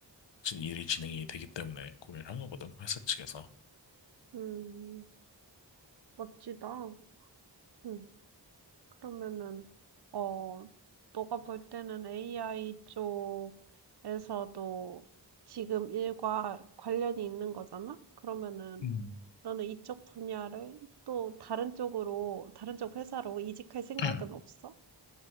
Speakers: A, on the left; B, on the right.
A: 진- 일이 진행이 되기 때문에 구매를 한 거거든, 회사 측에서.
B: 음, 멋지다. 음, 그러면은, 어, 너가 볼 때는 AI 쪽에서도 지금 일과 관련이 있는 거잖아? 그러면은,
A: 음.
B: 너는 이쪽 분야를 또 다른 쪽으로, 다른 쪽 회사로 이직할 생각은
A: <clears throat>
B: 없어?